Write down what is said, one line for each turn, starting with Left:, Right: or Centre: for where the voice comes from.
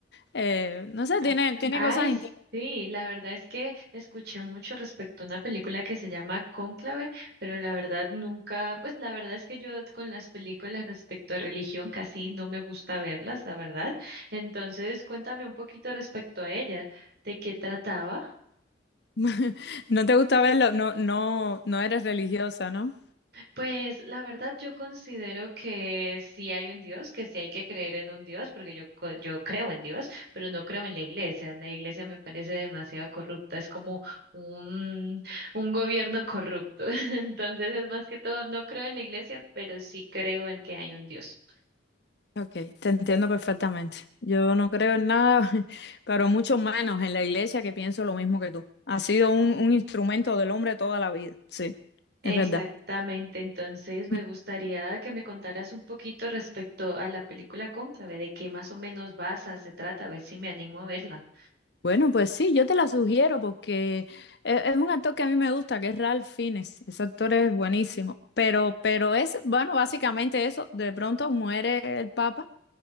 Left: Eh, no sé,
Right: Ah,
Left: tiene, tiene
Right: Ay,
Left: cosas interesantes.
Right: sí, la verdad es que escuché mucho respecto a una película que se llama Cónclave, pero la verdad nunca, pues la verdad es que yo con las películas respecto a religión casi no me gusta verlas, la verdad. Entonces, cuéntame un poquito respecto a ella, ¿de qué trataba?
Left: <laughs> No te gusta verlo, no, no, no eres religiosa, ¿no?
Right: Pues la verdad yo considero que sí hay un Dios, que sí hay que creer en un Dios, porque yo, co- yo creo en Dios, pero no creo en la iglesia. La iglesia me parece demasiado corrupta, es como un, un gobierno corrupto. <laughs> Entonces es más que todo, no creo en la iglesia, pero sí creo en que hay un Dios.
Left: Ok, te entiendo perfectamente. Yo no creo en nada, <laughs> pero mucho menos en la iglesia que pienso lo mismo que tú. Ha sido un, un instrumento del hombre toda la vida, sí,
Right: Exactamente,
Left: es verdad.
Right: entonces me
Left: Mm.
Right: gustaría que me contaras un poquito respecto a la película Cónclave, de qué más o menos basa, se trata, a ver si me animo a verla.
Left: Bueno, pues sí, yo te la sugiero porque es, es un actor que a mí me gusta, que es Ralph Fiennes. Ese actor es buenísimo. Pero, pero es, bueno, básicamente eso, de pronto muere el Papa.